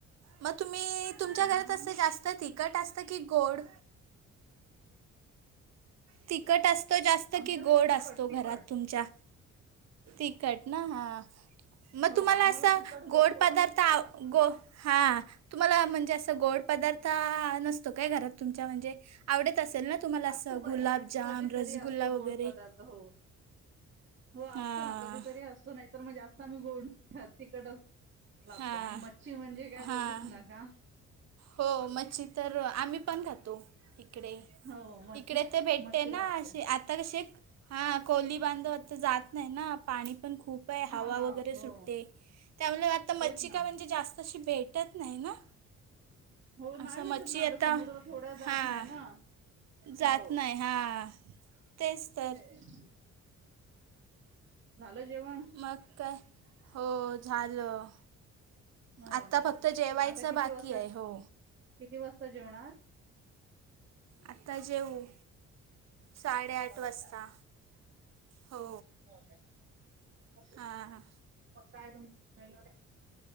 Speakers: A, on the right; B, on the right.
A: मग तुम्ही तुमच्या
B: मग
A: घरात असं जास्त तर तिखट असतं की गोड? तिखट अस तो जास्त
B: आमच्या
A: कि
B: घरी
A: गोड
B: तिखट
A: असतो,
B: तिखट
A: घरात तुमच्या? तिखट ना... हा मग
B: हो
A: तुम्हाला
B: आम्हाला
A: असा...
B: तिखट भरपूर
A: गोड पदार्थ,
B: आवडतो
A: आ.. गो... हा तुम्हाला म्हणजे असं गोड पदार्थ... नसतो काय घरात तुमच्या म्हणजे आवडत असेल ना तुम्हाला, असं
B: असतो क
A: गुलाबजाम,
B: कधीतरी
A: रसगुल्ला
B: असतो
A: वगैरे
B: गोड पदार्थ हो... हो असतो
A: हां
B: ना, कधीतरी असतो. नाहीतर मग जास्त कमी गोड <unintelligible> तिखटच <unintelligible>
A: हां
B: आणि मच्छी म्हणजे काय
A: हां
B: बोलूच नका
A: हो, मच्छी तर... आम्ही पण खातो. इकडे...
B: हो मच्छी
A: इकडे तर भेटते
B: मच्छी लागते
A: ना, अशे.. आता कशे हा... कोली बांधव तर जात नाही ना... पाणी पण खूप बाय हवा
B: हा हा
A: वगैरे
B: हो
A: सुटते, त्यामुळे आता
B: तेच
A: मच्छी काय
B: ना
A: म्हणजे जास्त अशी भेटत नाही ना?
B: हो
A: असं
B: नाही भेटत
A: मच्छी
B: ना
A: आता...
B: समुद्र थोड्या जात
A: हां,
B: नाही ना
A: जात
B: हो
A: नाही, हां तेच तर
B: <unintelligible> झालं जेवण?
A: मग काय... हो झालं
B: हो
A: आता
B: काय
A: फक्त जेवायचं
B: मग आता किती
A: बाकी
B: वाजता
A: ए... हो
B: किती वासता जेवणार?
A: आता जेऊ. साडेआठ
B: हो
A: वासता...
B: काय
A: हो
B: <unintelligible> <unintelligible>
A: हां
B: मग काय <unintelligible>